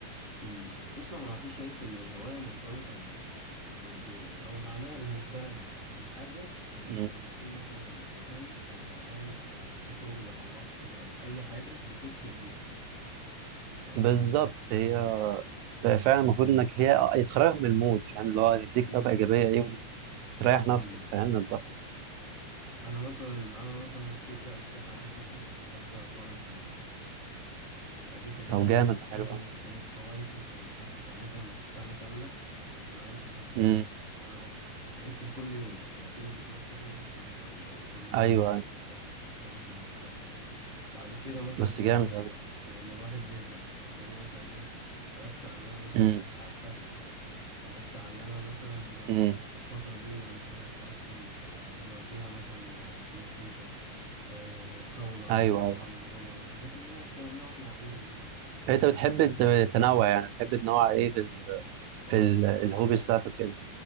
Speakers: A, on the right (about 25°); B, on the right (about 80°).
A: امم بص انا على طول شايف ان الهوايه مرتبطه ب... ب... ب... او معناها بالنسبه لنا الحاجه ان
B: مم.
A: انت لما تكون مثلا زهقان او تعبان او في شغل او ضغط او اي حاجه بتفصل بيها ف
B: بالظبط هي فعلا المفروض انك هي يتخرج من المود فاهم اللي هو تديك
A: امم
B: طاقه ايجابيه ايه وتريح نفسك
A: امم
B: فاهم من الضغط
A: انا مثلا انا مثلا ك- جا- جت عليا فتره كنت بحب اتمرن سباحه فدي ك- دي
B: طب
A: كانت
B: جامد
A: حرفيا
B: ده حلو قوي
A: كانت هوايتي كانت قعدت بتاع مثلا سنة كاملة أنا عندي شغف
B: امم
A: كل يوم إن أنا أروح ممكن كل يوم وأكيد ما كنتش بروح كل يوم بس أنا كان عندي شغف كل يوم
B: ايوه
A: إن أنا
B: أيوة.
A: أروح أروح أتمرن سباحة عادي بعد كده مثلا
B: بس
A: بتتغير
B: جامد قوي
A: بقى لأن الواحد بيزهق تلاقيني مثلا إيه قلبت على إن أنا مثلا
B: امم
A: ألعب بادل قلبت على إن أنا مثلا
B: امم
A: لأ قشطة الفترة دي أنا مش قادر أتحرك قوي فهنوديها مثلا بلاي ستيشن آه، طاولة
B: ايوه
A: شطرنج
B: ايوه
A: دومنة الحاجات اللي هي بتعملها واحنا قاعدين دي
B: انت بتحب
A: بس
B: تت- تنوع يعني بتحب تنوع ايه في ال في
A: اه
B: ال
A: بصراحة
B: الهوبيز
A: انا
B: بتاعتك كده